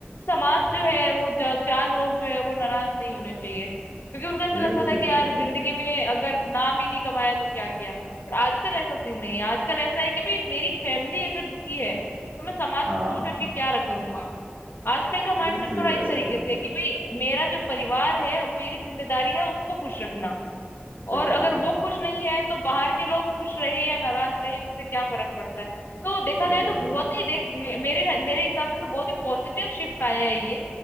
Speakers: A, on the left; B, on the right.
A: समाज
B: हम्म
A: जो है वो ज- चार लोग जो है वो नाराज नहीं होने चाहिए क्योंकि उनको ऐसा
B: ये
A: लगता
B: तो सही
A: था कि
B: कह
A: यार
B: रहे हो
A: जिंदगी में अगर नाम ही नहीं कमाया तो क्या किया पर आजकल ऐसा सीन नहीं है आजकल ऐसा है कि भाई मेरी फैमिली अगर दुखी है तो मैं समाज
B: हाँ
A: को खुश करके क्या करूंगा आजकल का माइंडसेट
B: ये भी सही
A: थोड़ा
B: है
A: इस
B: वैसे
A: तरीके से है कि भाई मेरा जो परिवार है मेरी जिम्मेदारी है उसको खुश रखना
B: बिल्कुल
A: और अगर वो
B: हाँ
A: खुश नहीं है तो बाहर के लोग खुश रहे या नाराज रहे उससे क्या फर्क पड़ता है तो देखा
B: सही
A: जाए तो
B: कहा
A: बहुत
B: सही
A: ही देख मेरे मेरे हिसाब से तो बहुत ही पॉजिटिव शिफ्ट आया ही है